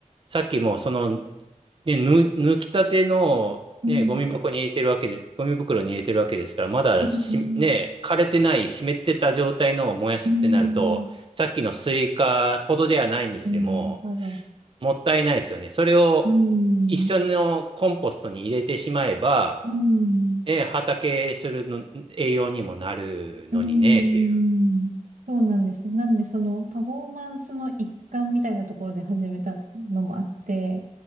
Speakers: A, on the right (about 40°); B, on the right (about 80°).
A: さっきもその、ね、ぬ、抜きたての、
B: うーん、
A: ね、ゴミ箱に入れてるわけで、ゴミ袋に入れてるわけですから、まだし、
B: うーん、
A: ね、枯れてない、湿ってた状態のを燃やすってなると、
B: うーん、うーん、
A: さっきのスイカほどではないにしても、
B: うーんなるほど。
A: もったいないですよね。それを
B: うん、
A: 一緒のコンポストに入れてしまえば、
B: うん、
A: ね、畑するの栄養にもなるのにね、
B: うん。
A: っていう。
B: そうなんですよ。なんで、そのパフォーマンスの一環みたいなところで始めたのもあって、